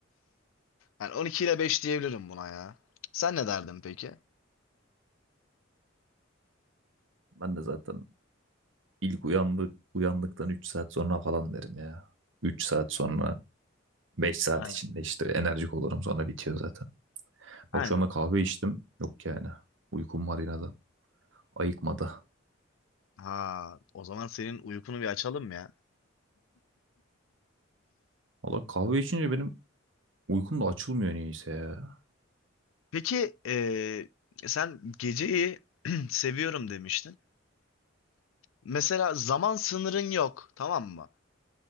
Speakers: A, on the left; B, on the right.
A: yani 12 ile 5 diyebilirim buna ya. Sen ne derdin peki?
B: ben de zaten ilk uyandık, uyandıktan 3 saat sonra falan derim ya. 3 saat sonra Beş saat
A: Aynen.
B: içinde işte enerjik olurum sonra bitiyor zaten.
A: Aynen.
B: Bak şu anda kahve içtim. Yok yani. Uykum var yine de. Ayıkmadı.
A: Ha, o zaman senin uykunu bir açalım ya.
B: Valla kahve içince benim uykum da açılmıyor niyeyse ya.
A: Peki eee, sen geceyi <clears throat> seviyorum demiştin. Mesela zaman sınırın yok, tamam mı?